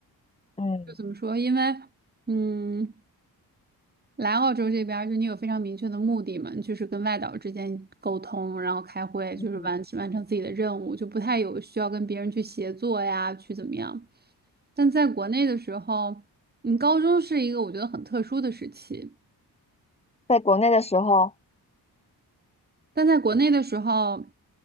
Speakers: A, on the left; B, on the right.
A: 嗯
B: 就怎么说？因为，嗯，来澳洲这边儿，就你有非常明确的目的嘛，你就是跟外岛之间沟通，然后开会，就是完完成自己的任务，
A: 嗯，
B: 就不太有需要跟别人去协作呀，去怎么样。但在国内的时候，你高中是一个我觉得很特殊的时期，
A: 在国内的时候。
B: 但在国内的时候，